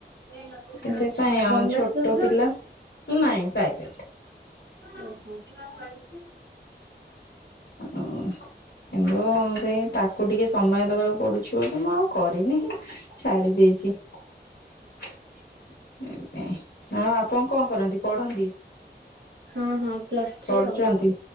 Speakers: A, on the right; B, on the left.
A: ଆଚ୍ଛା
B: ସେଥିପାଈଁ
A: ଗଭର୍ଣମେଣ୍ଟ
B: ଆ ଛୋଟ
A: ଜବ୍
B: ପିଲା ନାଇଁ ପ୍ରାଇଭେଟ!
A: ଓହୋ <inaudible>
B: ଓହ। କିନ୍ତୁ ସେଇ ତାକୁ ଟିକେ ସମୟ ଦେବାକୁ ପଡ଼ୁଛି ବୋଲି ମୁଁ ଆଉ କରିନି। ଛାଡି ଦେଇଛି। ଏଇଥିପାଇଁ ହଁ ଆପଣ କଣ କରନ୍ତି ପଢନ୍ତି।
A: ହଁ ହଁ। ପ୍ଲସ୍ ଥ୍ରୀ
B: ପଢୁଛନ୍ତି
A: ଆଉ।